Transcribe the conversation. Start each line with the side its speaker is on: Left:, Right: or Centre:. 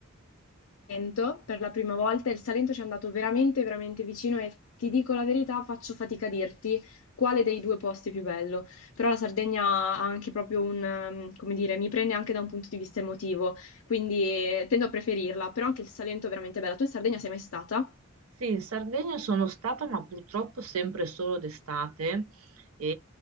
Left: Salento per la prima volta e il Salento ci è andato veramente, veramente vicino e ti dico la verità, faccio fatica a dirti quale dei due posti è più bello, però la Sardegna ha anche proprio un, ehm, come dire, mi prende anche da un punto di vista emotivo, quindi eh, tendo a preferirla, però anche il Salento è veramente bella. Tu in Sardegna sei mai stata?
Right: Sì, in Sardegna sono stata, ma purtroppo sempre solo d'estate e